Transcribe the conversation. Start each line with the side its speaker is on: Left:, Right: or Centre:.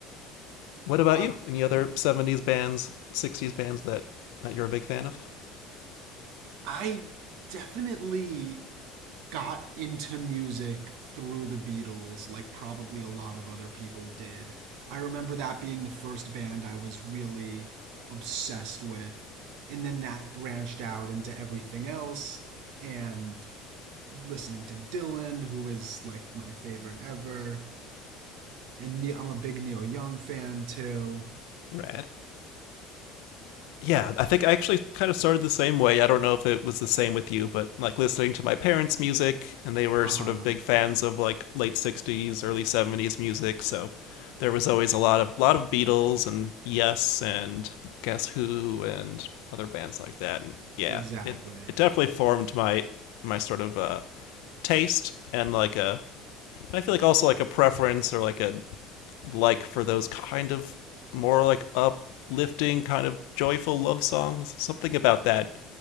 Left: What about
Right: I,
Left: you? Any other '70s bands, '60s bands that that you're a big fan of?
Right: I definitely got into music through the Beatles, like probably a lot of other people did. I remember that being the first band I was really obsessed with. And then that branched out into everything else. And listening to Dylan, who is like my favorite ever. And Neil, I'm a big Neil Young fan too.
Left: Rad. yeah, I think I actually kind of started the same way. I don't know if it was the same with you, but like listening to my parents' music, and they were
Right: Uh
Left: sort
Right: huh.
Left: of big fans of like late '60s, early '70s music. So there was always a lot of lot of Beatles and Yes and Guess Who and other bands like that. And yeah,
Right: Exactly.
Left: it it definitely formed my my sort of uh, taste and like a and I feel like also like a preference or like a like for those kind of more like uplifting, kind of joyful love songs. Something about that,